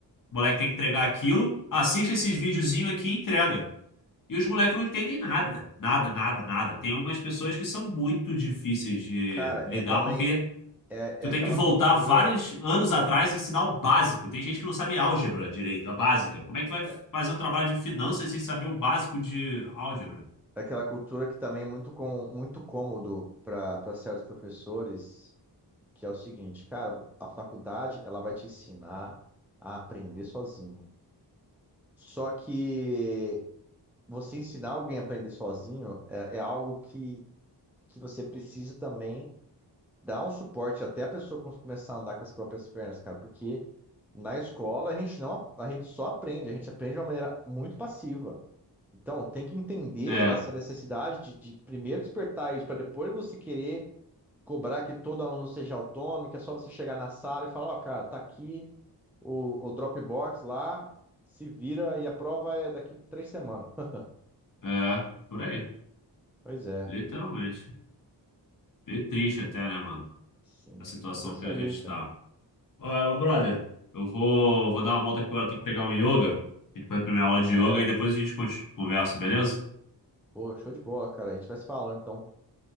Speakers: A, on the left; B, in the centre.
A: O moleque tem que entregar aquilo, assiste esses videozinhos aqui e entrega. E os moleques não entendem nada. Nada, nada, nada. Tem umas pessoas que são muito difíceis de
B: Cara,
A: lidar,
B: é também
A: porque
B: é,
A: tu
B: é aquela
A: tem que voltar
B: cultura,
A: vários anos atrás e ensinar o básico. Tem gente que não sabe álgebra direito, a básica. Como é que tu vai
B: é,
A: fazer um trabalho de finanças sem saber o básico de álgebra?
B: é aquela cultura que também é muito com, muito cômodo para para certos professores, que é o seguinte, cara, a faculdade ela vai te ensinar a aprender sozinho. Só que você ensinar alguém a aprender sozinho é, é algo que que você precisa também dar um suporte até a pessoa cons- começar a andar com as próprias pernas, cara, porque na escola a gente não, a gente só aprende, a gente aprende de uma maneira muito passiva. Então, tem que entender
A: É,
B: essa necessidade de, de primeiro despertar isso, para depois você querer cobrar que todo aluno seja autônomo, que é só você chegar na sala e falar, ó, cara, tá aqui o, o Dropbox lá, se vira e a prova é daqui três semanas. <laughs>
A: é, por aí.
B: Pois é,
A: Literalmente. Meio triste até, né, mano?
B: sim.
A: A situação
B: Mas é isso
A: que a
B: aí,
A: gente
B: cara.
A: tá. Ô, brother, eu vou, vou dar uma volta aqui agora, tenho que pegar um yoga. Tem que fazer a primeira aula de
B: É,
A: yoga e depois a gente continua- conversa, beleza?
B: Pô, show de bola, cara. A gente vai se falando, então.